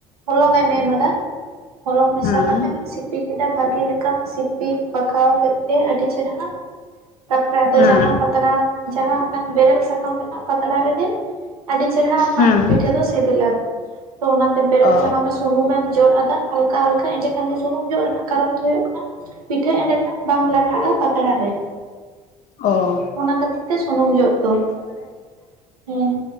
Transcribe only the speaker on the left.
ᱦᱮᱸ
ᱦᱮᱸ
ᱦᱮᱸ
ᱚ
ᱚᱻ